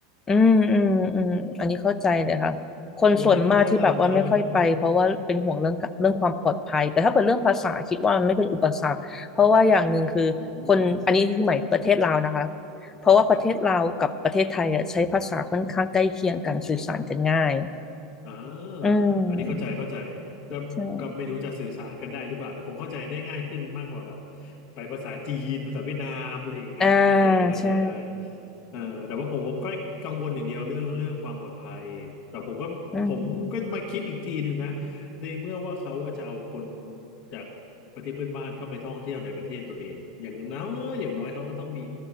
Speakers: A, on the left; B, on the left.
A: อืมอืมอืมอันนี้เข้าใจเลยค่ะคนส่วนมากที่แบบว่าไม่ค่อยไปเพราะว่าเป็นห่วงเรื่องเรื่องความปลอดภัยแต่ถ้าเป็นเรื่องภาษาคิดว่ามันไม่เป็นอุปสรรคเพราะว่าอย่างหนึ่งคือคนอันนี้ที่หมายประเทศลาวนะคะ
B: เพราะว่าที่นู่นถ้าเราถ้าเราไม่อืมอืม
A: เพราะว่าประเทศลาวกับประเทศไทยอ่ะใช้ภาษาค่อนข้างใกล้เคียงกันสื่อสารกันง่าย
B: ครับ อ่า
A: อืม
B: อันนี้เข้าใจเข้าใจแต่ก็ไม่รู้จะสื่อสารกันได้หรือเปล่าแต่คงเข้าใจได้ง่ายขึ้นมากกว่าแบบ
A: ใช่
B: ไปภาษาจีนภาษาเวียดนามอะไรอย่างเงี้ยโอเคอันนี้เข้าใจได้
A: อ่าใช่
B: เอ่อแต่ว่าผมผมก็กังวลอย่างเดียวเรื่องเรื่องความปลอดภัยแต่ผมก็ผมก็มาคิดอีกทีหนึ่งนะ
A: อืม
B: ในเมื่อว่าเขาว่าจะเอาคนจากประเทศเพื่อนบ้านเข้าไปท่องเที่ยวในประเทศตัวเองอย่างน้อยอย่างน้อยเขาก็ต้องมี